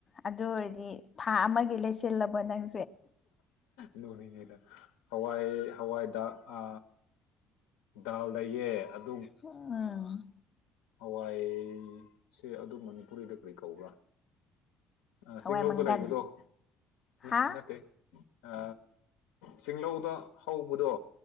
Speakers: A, on the left; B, on the left.
A: ꯑꯗꯨ ꯑꯣꯏꯔꯗꯤ ꯊꯥ ꯑꯃꯒꯤ ꯂꯩꯁꯤꯜꯂꯕ ꯅꯪ
B: ꯅꯣꯛꯅꯤꯡꯉꯦꯗ ꯍꯋꯥꯏ ꯍꯋꯥꯏꯗ ꯑ ꯗꯥꯜ ꯂ‌ꯩꯌ‌ꯦ ꯑꯗ
A: ꯑꯝ
B: ꯍꯋꯥꯏꯁꯦ ꯑꯗꯨ ꯃꯅꯤꯄꯨꯔꯤꯗ ꯀ꯭ꯔꯤ ꯀꯧꯕ꯭ꯔꯥ ꯑ
A: ꯍꯋꯥꯏ
B: ꯆꯤꯡꯂꯧꯗ
A: ꯃꯪꯒꯟ
B: ꯂꯩꯕꯗꫭ
A: ꯍꯥ
B: ꯑ‌ꯦ ꯅꯠꯇꯦ ꯑ ꯆꯤꯂꯧꯗ ꯍꯧꯕꯗꯣ